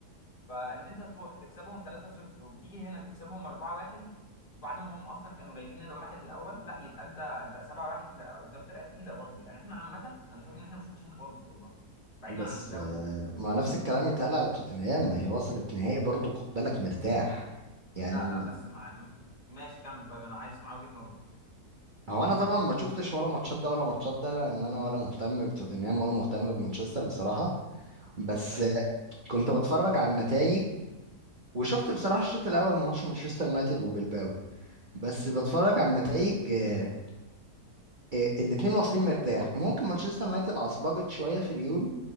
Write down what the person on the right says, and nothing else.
بس
آه،
ما نفس الكلام يتقال على توتنهام ما هي وصلت نهائي برضو خد بالك مرتاح يعني
م-
هو انا طبعا ما شفتش ولا ماتشات ده ولا ماتشات ده لان انا ولا مهتم بتوتنهام ولا مهتم بمانشستر بصراحه بس
آه، كنت بتفرج على النتائج وشفت بصراحه الشوط الاول من ماتش مانشستر يونايتد وبلباو بس بتفرج على النتائج آه، آه، الاتنين واصلين مرتاح ممكن مانشستر يونايتد عصلجت شويه في اليون